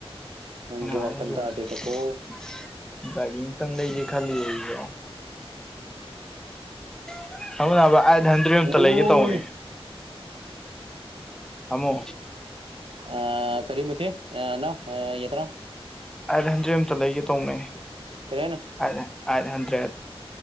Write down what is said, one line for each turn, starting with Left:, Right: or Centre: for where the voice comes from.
Right: ꯅꯪꯁꯦ
Centre: <unintelligible>
Right: ꯋꯥꯈꯟ ꯇꯥꯗꯦꯗꯀꯣ
Centre: ꯒꯥꯔꯤ ꯑꯃꯇꯪ ꯂꯩꯒꯦ ꯈꯜꯂꯤ ꯑꯩꯁꯨ <unintelligible> ꯅꯕ ꯑꯥꯏꯠꯍꯟꯗ꯭ꯔꯦꯠ ꯑꯝꯇ
Right: ꯎꯏ
Centre: ꯂꯩꯒꯦ ꯇꯧꯕꯅꯤ ꯇꯝꯃꯣ
Right: ꯑꯥ ꯀꯔꯤ ꯃꯨꯊꯤ ꯑꯅꯧ ꯌꯦꯠꯄꯅꯣ
Centre: ꯑꯥꯏꯠꯍꯟꯗ꯭ꯔꯦꯠ ꯑꯝꯇ ꯂꯩꯒꯦ ꯇꯧꯅꯤ
Right: ꯀꯔꯤ ꯍꯥꯏꯅꯣ
Centre: ꯀꯔꯤ ꯍꯥꯏꯅꯣ ꯑꯥꯏꯠꯍꯟꯗ꯭ꯔꯦꯠ